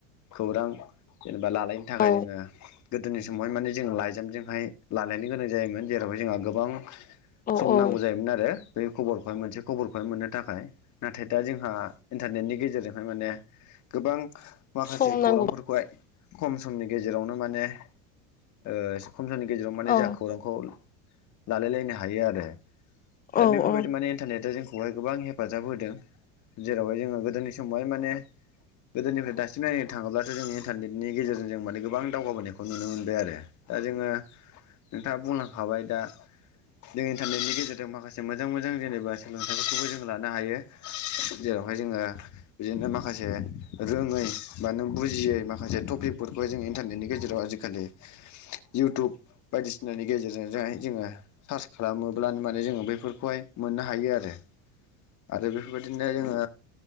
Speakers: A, on the left; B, on the left.
A: खौरां जेनेबा लालायनो थाखाय
B: औ
A: जोङो गोदोनि समावहाय माने जों लाइजामजोंहाय लालायनो गोनां जायोमोन जेरावहाय जोंहा गोबां
B: औ
A: सम
B: औ
A: नांगौ जायोमोन आरो बै खबरखौहाय मोनसे खबरखौहाय मोननो थाखाय। नाथाय दा जोंहा इन्टारनेटनि गेजेरजोंहाय माने गोबां माखासे
B: सम नांगौ
A: खौरांफोरखौहाय खम समनि गेजेरावनो माने ओ इसे खम समनि गेजेराव माने
B: औ
A: जा खौरांखौ लालायलायनो हायो आरो। दा
B: औ
A: बेफोरबायदि
B: औ
A: माने इन्टनेटआ जों बेखौहाय गोबां हेफाजाब होदों जेरावहाय जोङो गोदोनि समावहाय माने गोदोनिफ्राय दासिम नायनो थाङोब्लाथ' जोंनि इन्टारनेटनि गेजेरजों जों माने गोबां दावगाबोनायखौ नुनो मोनबाय आरो। दा जोङो नोंथाङा बुंलांखाबाय दा जों इन्टारनेटनि गेजेरजों जों माखासे मोजां मोजां जेनेबा सोलोंथाइफोरखौबो जों लानो हायो जेरावहाय जोङो बिदिनो माखासे जे रोङै बा नों बुजियै माखासे टपिकफोरखौहाय जों इन्टारनेटनि गेजेराव आजिखालि इउटुब बायदिसिनानि गेजेरजों जाय जोङो सार्च खालामो माने जोङो बेफोरखौहाय मोननो हायो आरो। आरो बेफोरबायदिनो जोङो